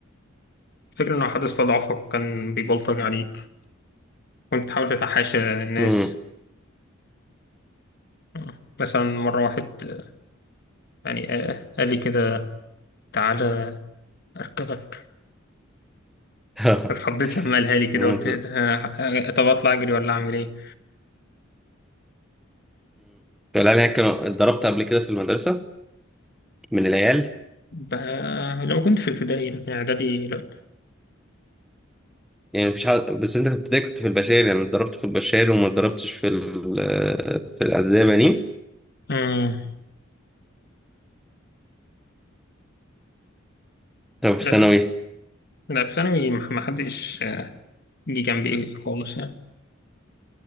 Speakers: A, on the left; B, in the centre.
A: الفكرة إن لو حد استضعفك كان بيبلطج عليك كنت تحاول تتحاشى الناس
B: امم
A: آه، مثلا مرة واحد آه، يعني آه، قال لي كده تعالى أركبك
B: <laughs>
A: اتخضيت لما قالها لي كده
B: امم
A: قلت إيه ده آه، آه، طب أطلع أجري ولا أعمل إيه
B: العيال هناك كانوا اتضربت قبل كده في المدرسة من العيال
A: بقى لو كنت في ابتدائي لكن إعدادي لأ
B: يعني مفيش حد بس أنت في ابتدائي كنت في البشال يعني اتضربت في البشال وما اتضربتش في ال... في الإعدادية بنين
A: مم.
B: طب في
A: لا
B: ثانوي
A: لا في ثانوي مح- محدش آه، جه جنبي خالص يعني